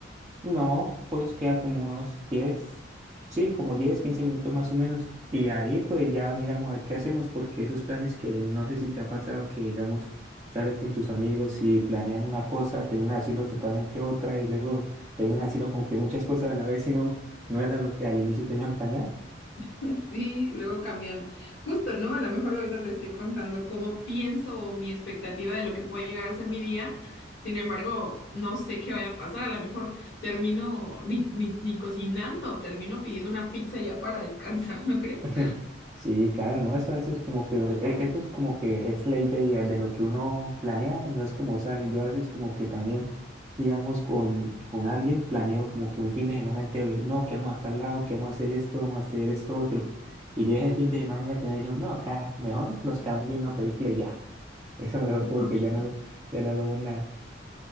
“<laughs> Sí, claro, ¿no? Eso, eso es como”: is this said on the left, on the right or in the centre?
Right